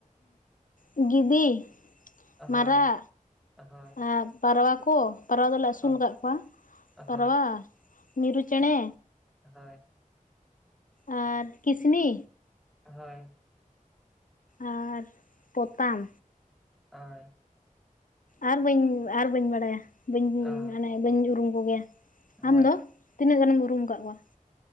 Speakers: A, on the left; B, in the centre.
A: ᱮᱸᱜ ᱜᱤᱫᱤ ᱢᱟᱨᱟᱜ
B: ᱦᱳᱭ ᱦᱳᱭ
A: ᱟᱨ ᱯᱟᱨᱣᱟ ᱠᱚ, ᱯᱟᱨᱣᱟ ᱫᱚᱞᱮ ᱟᱹᱥᱩᱞ
B: ᱦᱳᱭ
A: ᱟᱠᱟᱫ ᱠᱚᱣᱟ ᱾ ᱯᱟᱨᱣᱟ,
B: ᱦᱳᱭ
A: ᱢᱤᱨᱩ ᱪᱮᱸᱬᱮ
B: ᱦᱳᱭ ᱾
A: ᱟᱨ ᱠᱤᱥᱱᱤ,
B: ᱦᱳᱭ ᱾
A: ᱟᱨ ᱯᱚᱛᱟᱢ,
B: ᱦᱳᱭ ᱾
A: ᱟᱨ ᱵᱟᱹᱧ ᱟᱨ ᱵᱟᱹᱧ ᱵᱟᱲᱟᱭᱟ, ᱵᱟᱹᱧ
B: ᱚ
A: ᱢᱟᱱᱮ ᱵᱟᱹᱧ ᱩᱨᱩᱢ ᱠᱚᱜᱮᱭᱟ ᱾
B: ᱦᱳᱭ
A: ᱟᱢᱫᱚ ᱛᱤᱱᱟᱹ ᱜᱟᱱᱮᱢ ᱩᱨᱩᱢ ᱟᱠᱟᱫ ᱠᱚᱣᱟ?